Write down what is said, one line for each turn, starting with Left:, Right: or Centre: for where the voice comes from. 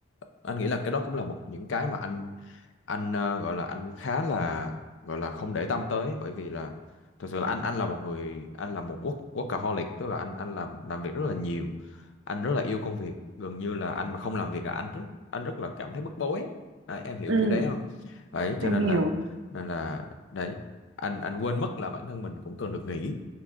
Left: anh nghĩ là cái đó cũng là một những cái mà anh anh ờ, gọi là anh khá là gọi là không để tâm tới bởi vì là thực sự là anh anh là một người anh là một work workaholic tức là anh anh làm làm việc rất là nhiều anh rất là yêu công việc gần như là anh mà không làm việc là anh rất anh rất là cảm thấy bức bối ấy. Đấy, em hiểu
Right: ừ
Left: kiểu đấy không đấy cho
Right: em
Left: nên
Right: hiểu
Left: là nên là đấy anh anh quên mất là bản thân mình cũng cần được nghỉ